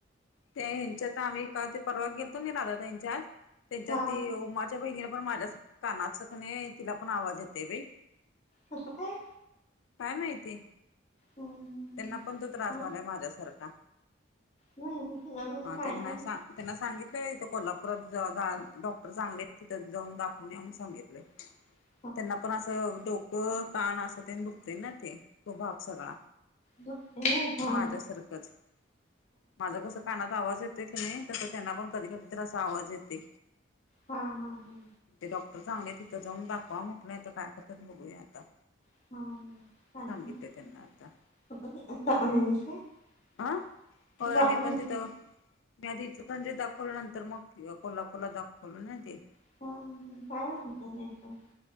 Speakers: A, on the left (about 85°); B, on the left (about 35°).
A: ते हेंच्यात आम्ही काल परवा गेलतो नाही राधा ताईंच्यात त्यांच्यात
B: हा
A: ती उमाच्या बहिणीला पण माझ्यासारख कानाच की नाही, तिला पण आवाज येते बाई.
B: कसं काय?
A: काय माहिती?
B: हम्म,
A: त्यांना पण तो त्रास
B: हा
A: व्हायला माझ्या सा सारखा
B: नाही मी तुला बरं
A: हा
B: काय
A: त्यांना
B: आहे?
A: असा त्यांना सांगितलंय, इथं कोल्हापुरात जा डॉक्टर चांगले तिथं जाऊन दाखवून या म्हणून सांगितलेय.
B: <inaudible>
A: त्यांना पण असं डोकं, कान असं ते दुखतय ना ते, तो भाग सगळा
B: झोपतेय. हा
A: माझ्यासारखंच माझं कस कानात आवाज येतोय की नाही, तसं त्यांना पण कधी कधी तर असा आवाज येतय.
B: हा, हा, हा.
A: ते डॉक्टर चांगले आहेत, तिथं जाऊन दाखवा म्हटलंय, तर काय करतात बघूया आता.
B: <unintelligible>
A: सांगितलंय त्यांना आता आ? होय
B: जाऊन
A: मी पण
B: आलीस.
A: तिथं मी आधी इचलकरंजीत दाखवलं नंतर, मग कोल्हापूरला दाखवलं नाय ते.
B: <unintelligible>